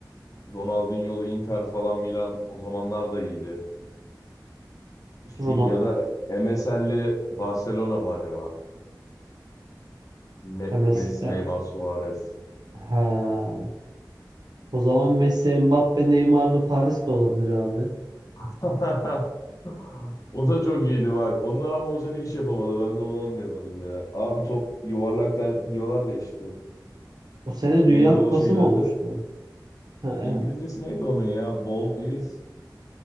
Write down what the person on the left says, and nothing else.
Ronaldinho'lu Inter falan Milan o zamanlar da iyiydi. Üstü,
ya da MSN'li Barcelona mı acaba? Me-
Messi,
Neymar, Suarez.
<laughs> O da çok iyiydi bak. Onlar ama o sene iş yapamadı. Ben de onu anlayamadım ya. Abi top yuvarlak der, diyorlar ya işte.
Neydi o
şeyin
adı?
İngilizcesi
neydi onun ya? Ball is